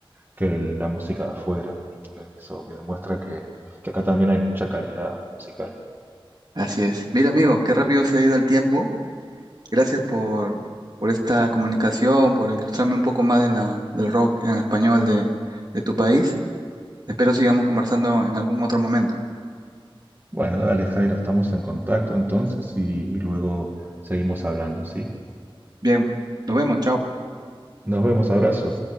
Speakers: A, on the right (about 20°); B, on the right (about 45°).
A: que la música de afuera. Eh, Eso que demuestra que, que acá también hay mucha calidad musical.
B: Así es. Mira, amigo, qué rápido se ha ido el tiempo. Gracias por, por esta comunicación, por ilustrarme un poco más de la, del rock en español de, de tu país. Espero sigamos conversando en algún otro momento.
A: Bueno, dale Jairo, estamos en contacto entonces y luego seguimos hablando, ¿sí?
B: Bien, nos vemos, chao.
A: Nos vemos, abrazo.